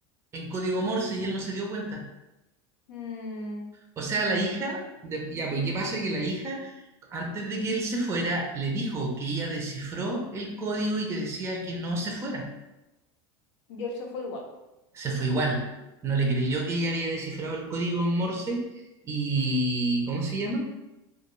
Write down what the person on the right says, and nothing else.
en código Morse y él no se dio cuenta.
O sea, la hija, de- ya, pues, ¿y qué pasa? Que la hija, antes de que él se fuera, le dijo que ella descifró el código y que decía que no se fuera.
Se fue igual. No le creyó que ella había descifrado el código Morse y, ¿cómo se llama?